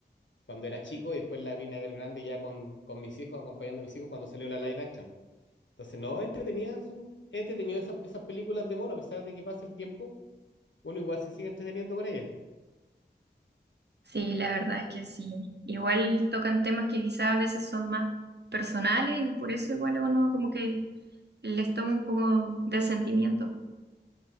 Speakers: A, on the left (about 80°); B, on the right (about 65°).
A: cuando era chico y después la vine a ver grande ya con, con mis hijos, acompañando a mis hijos cuando salió la live action. Entonces, no, entretenida, son es entretenido esas, esas películas de mono, a pesar de que pase el tiempo, uno igual se sigue entreteniendo con ellas.
B: Sí, la verdad es que sí. Igual tocan temas que quizás a veces son más personales y por eso igual a uno como que les toma un poco de sentimiento.